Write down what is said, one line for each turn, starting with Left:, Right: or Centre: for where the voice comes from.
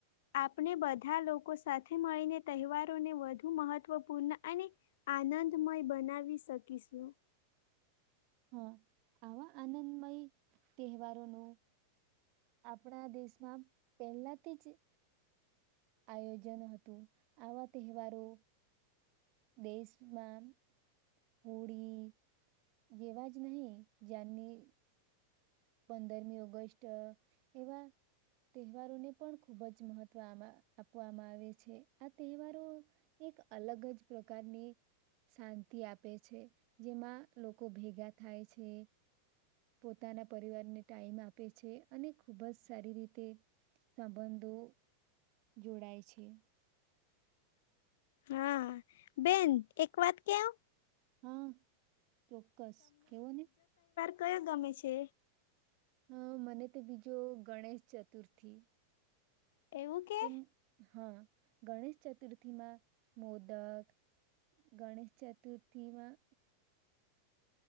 Left: આપણે બધા લોકો સાથે મળીને તહેવારોને વધુ મહત્વપૂર્ણ અને આનંદમય બનાવી શકીશું.
Right: હા આવા આનંદમય તહેવારોનું આપણા દેશમાં પહેલાથી જ આયોજન હતું આવા તહેવારો દેશમાં. હોળી. જેવા જ નહી જની પંદરમી ઓગસ્ટ એવા તહેવારોને પણ ખૂબ જ મહત્વ આપવામાં આવે છે. આ તહેવારો એક અલગ જ પ્રકારની શાંતિ આપે છે. જેમાં લોકો ભેગા થાય છે. પોતાના પરિવારને ટાઈમ આપે છે. અને ખૂબ જ સારી રીતે સંબંધો જોડાય છે.
Left: હા બેન એક વાત કેવ?
Right: હા. ચોક્કસ કેવો ને.
Left: કયા ગમે છે.
Right: હા મને તો બીજો ગણેશ ચતુર્થી.
Left: એવું કે?
Right: તેમ હા ગણેશ ચતુર્થીમાં મોદક, ગણેશ ચતુર્થીમાં